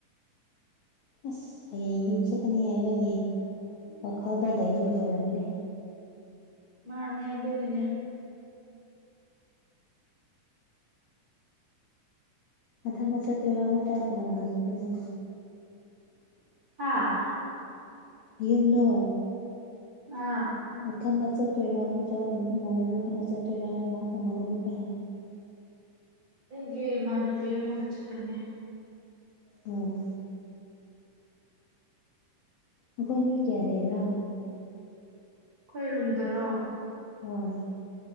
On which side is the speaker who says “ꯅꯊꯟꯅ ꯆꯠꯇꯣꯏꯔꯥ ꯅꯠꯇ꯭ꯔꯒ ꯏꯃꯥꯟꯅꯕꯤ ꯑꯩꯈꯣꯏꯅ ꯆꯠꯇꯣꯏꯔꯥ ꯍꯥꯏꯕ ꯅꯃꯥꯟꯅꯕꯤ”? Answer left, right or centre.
Left